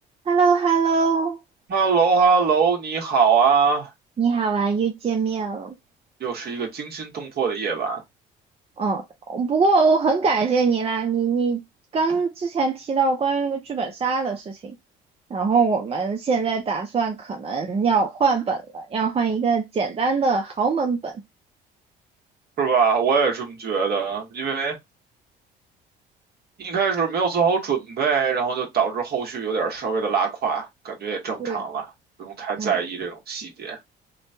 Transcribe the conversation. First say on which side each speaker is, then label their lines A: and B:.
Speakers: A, on the right; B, on the right.
A: h e l l o h e l l o
B: h e l l o h e l l o 你好啊！
A: 你好啊，又见面了。
B: 又是一个惊心动魄的夜晚，
A: 哦，不过我很感谢你啦，你你刚之前提到关于那个剧本杀的事情，然后我们现在打算可能要换本了，要换一个简单的豪门本。
B: 是吧？我也这么觉得，因为一开始没有做好准备，然后就导致后续有点稍微的拉胯，感觉也正常了，
A: 对，
B: 不用太在意这种细节。
A: 嗯，